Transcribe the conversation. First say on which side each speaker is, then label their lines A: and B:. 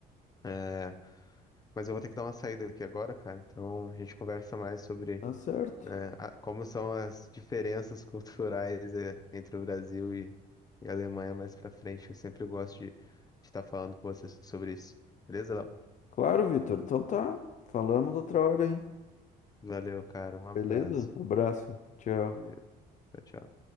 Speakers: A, on the left (about 20°); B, on the left (about 45°).
A: É, Mas eu vou ter que dar uma saída aqui agora, cara. Então a gente conversa mais sobre.
B: Tá certo.
A: É, a- como são as diferenças <laughs> culturais é, entre o Brasil e, e a Alemanha mais pra frente. Eu sempre gosto de estar falando com vocês sobre isso. Beleza, Léo?
B: Claro, Vitor. Então tá. Falamos outra hora, hein?
A: Valeu, cara. Um abraço.
B: Beleza? Abraço. Tchau.
A: Valeu. Tchau, tchau.